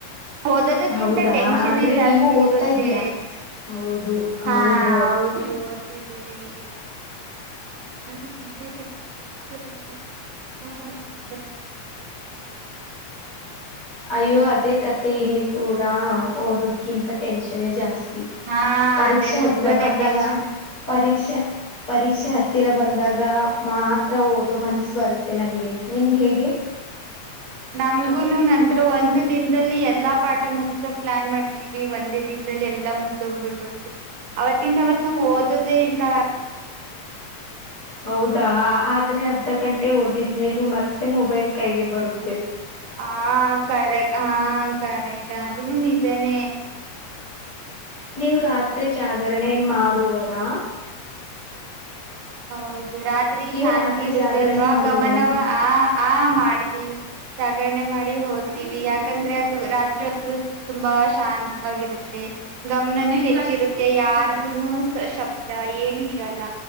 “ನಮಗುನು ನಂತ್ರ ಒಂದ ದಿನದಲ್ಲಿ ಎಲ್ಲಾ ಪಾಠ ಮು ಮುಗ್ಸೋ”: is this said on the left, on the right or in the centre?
Right